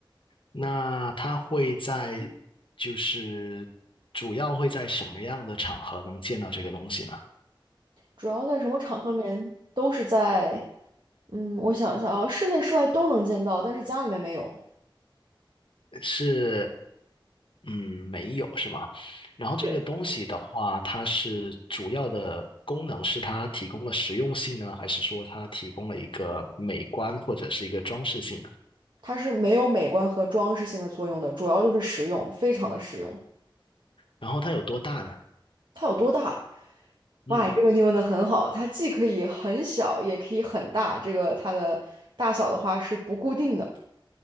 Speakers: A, on the left; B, on the right.
A: 那它会在，就是主要会在什么样的场合能见到这个东西呢？
B: 主要在什么场合里面都是在，嗯，我想一下啊，室内室外都能见到，但是家里面没有。
A: 是，嗯，没有是吗？然后这个东西的话，
B: 对，
A: 它是主要的功能是它提供了实用性呢，还是说它提供了一个美观或者是一个装饰性呢？
B: 它是没有美观和装饰性的作用的，主要就是实用，非常的实用。
A: 然后它有多大呢？
B: 它有多大？
A: 嗯，
B: 哇，这个问题问的很好，它既可以很小，也可以很大。这个它的大小的话是不固定的。